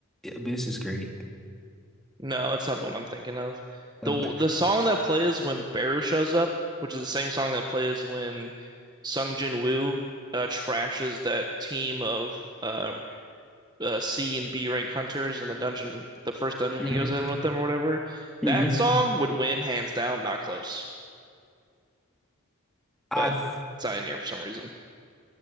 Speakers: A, in the centre; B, on the right.
A: Abyss is great.
B: No, it's not the one I'm thinking of.
A: Ab
B: The the song that plays when Baru shows up, which is the same song that plays when Sung Jin Woo uh, trashes that team of uh, uh, C and B rank hunters in the dungeon, the first dungeon
A: hmm
B: he goes in with them or whatever.
A: hmm
B: That song would win hands down, not close.
A: I
B: But
A: th-
B: it's not in here for some reason.